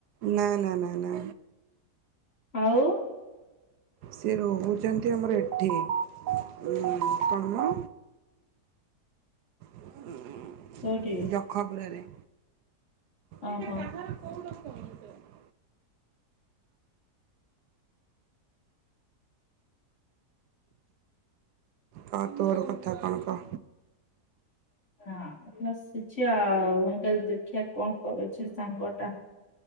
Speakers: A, on the right (about 80°); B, on the left (about 45°).
A: ନା ନା ନା ନା।
B: ଆଉ?
A: ସେ ରହୁଛନ୍ତି ଆମର ଏଠି ଉମ୍ କଣ ମ, ଉଁ
B: କୋଉଠି
A: ଯଖପୁରାରେ। ସେଇଟା
B: ଓହୋ।
A: କାହାର କୋଉ ରକମ <unintelligible> କ ତୋର କଥା କଣ କ।
B: ହଁ ବସିଛି ଆଉ କଇଲି ଦେଖିବା କଣ କରୁଛି ସାଙ୍ଗଟା।